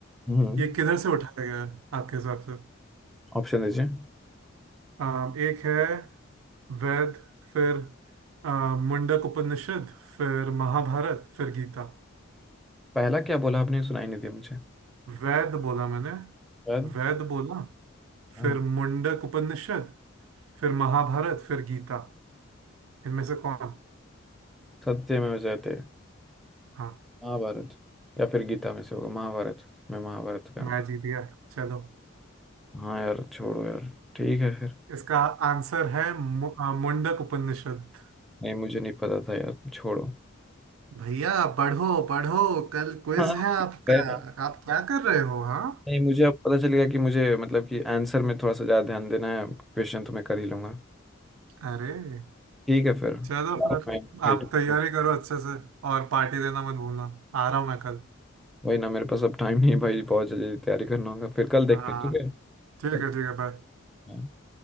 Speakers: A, in the centre; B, on the right (about 85°).
A: हम्म
B: ये किधर से उठाया गया है आपके हिसाब से
A: ऑप्शन दीजिए
B: अ, एक है वेद फिर अ, मुंडक उपनिषद फिर महाभारत फिर गीता
A: पहला क्या बोला आपने सुनाई नहीं दिया मुझे
B: वेद बोला मैंने
A: शायद
B: वेद बोला
A: हाँ
B: फिर मुंडक उपनिषद फिर महाभारत फिर गीता इनमें से कौन
A: सत्य में जयते
B: हाँ
A: महाभारत या फिर गीता में से होगा महाभारत मैं महाभारत का
B: मैं
A: हूँ
B: जीत गया चलो
A: हाँ यार छोड़ो यार ठीक है फिर
B: इसका आंसर है मु, अ, मुंडक उपनिषद
A: नहीं मुझे नहीं पता था यार छोड़ो
B: भैया पढ़ो पढ़ो कल क्विज
A: हाँ
B: है आपका
A: ठीक है।
B: आप क्या कर रहे हो हाँ
A: नहीं मुझे अब पता चलेगा कि मुझे मतलब कि आंसर में थोड़ा सा ज़्यादा ध्यान देना है क्वेश्चन तो मैं कर ही लूँगा
B: अरे
A: ठीक है फिर <laughs>
B: चलो
A: भाई
B: फिर
A: भाई-
B: आप तैयारी करो अच्छे से और पार्टी देना मत भूलना आ रहा हूँ मैं कल
A: वही ना मेरे पास अब टाइम नहीं है भाई बहुत जल्दी तैयारी करना होगा फिर कल देखते
B: हाँ
A: हैं ठीक है
B: ठीक
A: कल-
B: है ठीक है बाय
A: हाँ।